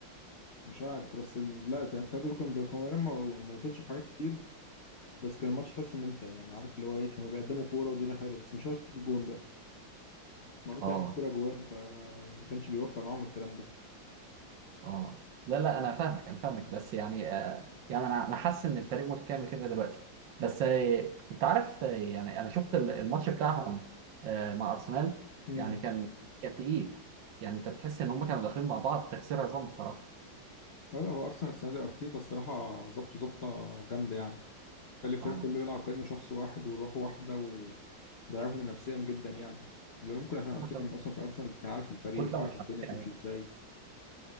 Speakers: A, on the left; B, on the right.
A: مش عارف بس ال- لا التلاته دول كانوا مدغدغين هو أنا ما ما وصلش في حاجات كتير بس كان الماتش حاسه ممتع يعني عارف اللي هو ايه كانوا بيقدموا كوره والدنيا حلوه بس مش شرط تيجي جون بقى معروف
B: اه
A: يعني الكوره جوان فما كانش بيوفق معاهم الكلام ده
B: اه لا لا انا فاهمك انا فاهمك بس يعني آه يعني انا انا حاسس ان الفريق متكامل كده دلوقتي بس آه انت عارف آه يعني انا شفت ال- الماتش بتاعهم آه مع ارسنال
A: امم
B: يعني كان كان تقيل يعني انت تحس ان هم كانوا داخلين مع بعض تكسير عظام بصراحه
A: لا لا، هو ارسنال السنه دي ارتيتا الصراحه ظبطه ظبطه جامده يعني خلي الفريق
B: اه
A: كله يلعب كأنه شخص واحد وروح واحدة ودعمهم نفسيا جدا يعني لأن ممكن عشان أرتيتا
B: كتلة
A: كان أصلا في أرسنال فكان عارف الفريق
B: كتله
A: وعارف
B: متحركه
A: الدنيا
B: يعني
A: بتمشي إزاي